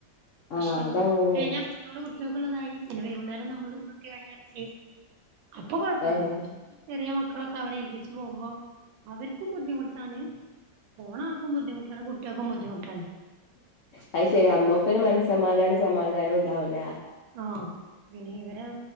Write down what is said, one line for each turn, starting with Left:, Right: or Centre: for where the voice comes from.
Right: പക്ഷെ
Left: ആഹ് അതങ്ങനെയാണ്
Right: കഴിഞ്ഞാ കുട്ടിക കുട്ടികക്കള്ള ഇതായി പിന്നെ വൈകുന്നേരം നമ്മള് ഡ്യൂട്ടി കഴിഞ്ഞ എത്തി അപ്പൊ കൊഴപ്പില്ല
Left: ആഹ്
Right: ചെറിയ മക്കളൊക്കെ അവരെ ഏൽപ്പിച്ചച്ച് പോകുമ്പോ അവർക്കും ബുദ്ധിമുട്ടാണ് പോണക്ക ബുദ്ധിമട്ടാണ് കുട്ടികൾക്ക് ബുദ്ധിമുട്ടാണ്
Left: അത് ശരി അമ്മക്കൊരു മനസ്സമാധാനം സമാധാനം ഉണ്ടാവൂല
Right: ആഹ പിന്നെ ഇവര്